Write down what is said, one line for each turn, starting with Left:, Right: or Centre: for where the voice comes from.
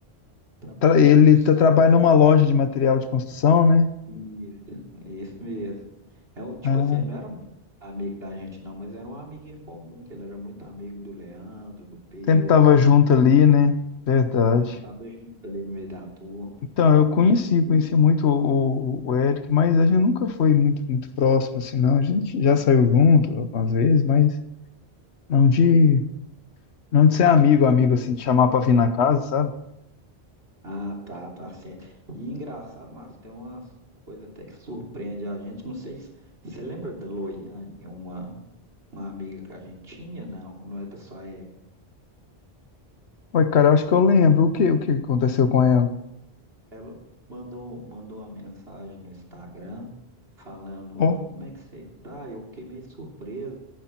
Right: trabalha
Left: tra-
Right: na
Left: ele
Right: solução.
Left: tá, trabalha numa loja de material de construção, né?
Right: Isso, <laughs> é isso mesmo. É, o- tipo
Left: Ah,
Right: assim, não era muito amigo da gente, não, mas era um amigo em comum, que ele era muito amigo do Leandro, do Pedro.
Left: Sempre tava junto ali, né? Verdade.
Right: Sempre tava junto ali no meio da turma.
Left: Então, eu conheci,
Right: E-
Left: conheci muito o, o Eric, mas a gente nunca foi muito, muito próximo, assim, não. A gente já saiu junto algumas vezes, mas não de, não de ser amigo, amigo,
Right: e-
Left: assim, de chamar pra vir na casa, sabe?
Right: Ah, tá, tá certo. E engraçado, mas tem umas coisas até que surpreende a gente. Não sei se você lembra da Loiane, uma, uma amiga que a gente tinha, não? Não é da sua
Left: Ué, cara, eu acho que eu lembro. O que, o que aconteceu com ela?
Right: Ela mandou, mandou uma mensagem no Instagram falando, Oi,
Left: Ó,
Right: como é que você tá? Eu fiquei meio surpreso.